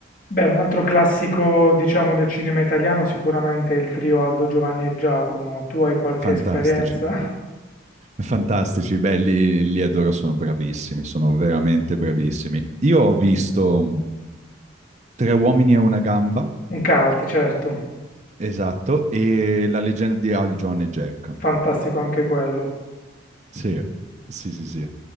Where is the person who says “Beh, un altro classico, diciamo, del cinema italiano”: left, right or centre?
Left